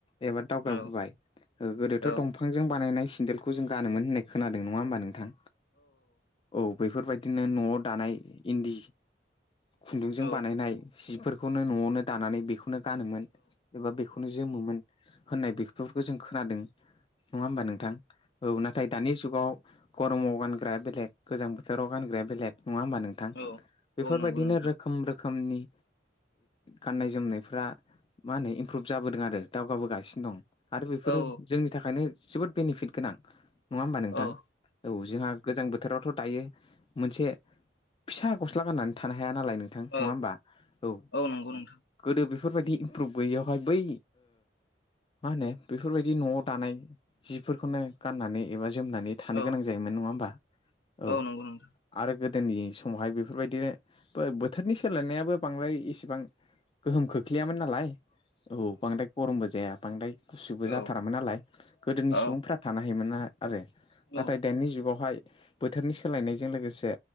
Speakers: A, on the left; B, on the left.
A: एबा दावगाबोबाय
B: औ
A: गोदोथ'
B: औ
A: दंफां बिफांजों बानायनाय सेन्देलखौ जों गानोमोन होननाय खोनादों नङा होमबा नोंथां औ बेफोरबायदिनो न'आव दानाय इन्दि खुन्दुंजों
B: औ
A: बानायनाय जिफोरखौनो न'आवनो दानानै बेखौनो गानोमोन एबा बेखौनो जोमोमोन होननाय बेफोरखौ जों खोनादों नङा होमबा नोंथां औ नाथाय दानि जुगाव गरमाव गानग्राया बेलेग गोजां बोथोराव गानग्राया बेलेग नङा होमबा नों थां
B: औ
A: बेफोरबायदिनो
B: औ नंगौ नोंथां
A: रोखोम रोखोमनि गाननाय जोमनायफ्रा मा होनो इमप्रुभ जाबोदों आरो दावगाबोगासिनो दं आरो बेफोरो
B: औ
A: जोंनि थाखायनो जोबोद बेनिफिट गोनां नङा होमबा नोंथां
B: औ
A: औ जोंहा गोजां बोथोरावथ' दायो मोनसे फिसा गस्ला गाननानै थानो हाया नालाय नोंथां नङा
B: औ
A: होमबा औ
B: नंगौ नोंथां
A: गोदो बेफोरबायदि इमप्रुभ गैयियावहाय बै मा होनो बेफोरबायदि न'आव दानाय जिफोरखौनो गाननानै एबा जोमनानै थानो
B: औ
A: गोनां जायोमोन नङा होमबा औ
B: नंगौ नोंथां
A: आरो गोदोनि समावहाय बेफोरबायदिनो बोथोरनि सोलायनायाबो बांद्राय इसेबां गोहोम खोख्लैयामोन नालाय औ बांद्राय गरमबो जाया बांद्राय गुसुबो जाथारामोन
B: औ
A: नालाय गोदोनि
B: औ
A: सुबुंफ्रा थानो हायोमोन आरो
B: औ
A: नाथाय दानि जुगावहाय बोथोरनि सोलायनायजों लोगोसे